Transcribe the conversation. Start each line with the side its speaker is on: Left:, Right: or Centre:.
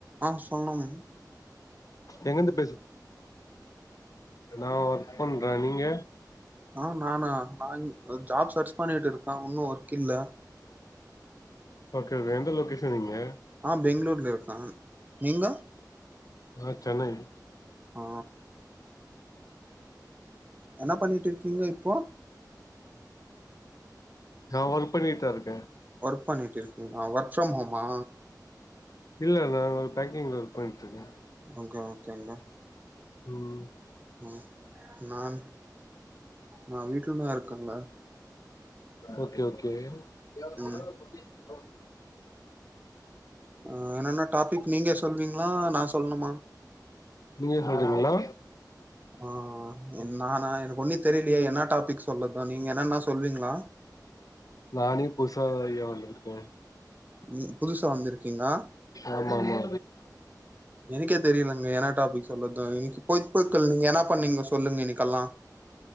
Right: ஆ சொன்னோம்
Left: எங்கந்து பேசு ஆ பண்ற நீங்க
Right: ஆ நானா நா ஜாப் சர்ச் பண்ணிட்டு இருக்கே ஒன்னு ஒர்க் இல்ல
Left: ஓகே ஓகே எந்த லொகேஷன் நீங்க
Right: ஆ பெங்களூர்ல இரு ஆ நீங்க
Left: நா சென்னை
Right: ஆ என்ன பண்ணிட்டு இருக்கீங்க இப்போ
Left: நா ஒர்க் பண்ணிட்டு தா இருக்
Right: ஒர்க் பண்ணிட்டு இருக்கீங்களா ஒர்க் ஆமா
Left: இல்ல இல்ல ஒரு பேங்கிங்ல ஒர்க் பண்ணிட்டுருக்கே
Right: <unintelligible> ஓகேங்க
Left: ம்
Right: ம் நான் நா வீட்டுலதா இருக்கேங்க
Left: ஓகே ஓகே <unintelligible>
Right: ம் அ என்னன்ன டாபிக் நீங்க சொல்வீங்களா நான் சொல்லணுமா
Left: நீங்க சொல்றீங்களா
Right: ஆ நானா எனக்கு ஒன்னி தெரியலையே என்ன டாபிக் சொல்லது நீங்க என்னன்னா சொல்வீங்களா
Left: நானே புசா எடுத்தேன்
Right: நீ புதுசா வந்திருக்கீங்க
Left: ஆமா ஆமா
Right: எனக்கே தெரியலங்க என்ன டாபிக் சொல்லது இன்னைக்கு பொய்பொருட்கள் நீங்க என்ன பண்ணீங்க சொல்லுங்க இன்னைக்கெல்லா